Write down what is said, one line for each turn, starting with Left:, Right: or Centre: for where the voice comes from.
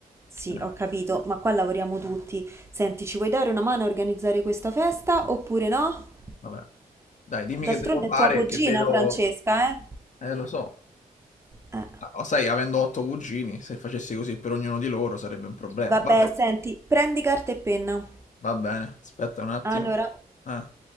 Right: Sì,
Left: Eh,
Right: ho capito, ma qua lavoriamo tutti. Senti, ci vuoi dare una mano a organizzare questa festa oppure no?
Left: vabbè. Dai, dimmi
Right: D'altronde
Left: che devo fare,
Right: è tua cugina,
Left: che vedo...
Right: Francesca, eh?
Left: Eh, lo so.
Right: Eh.
Left: Ah, oh, sai, avendo otto cugini, se facessi così per ognuno di loro sarebbe un problema.
Right: Vabbè,
Left: Vabbè,
Right: senti, prendi carta e penna.
Left: va bene, aspetta un attimo.
Right: Allora,
Left: Ah,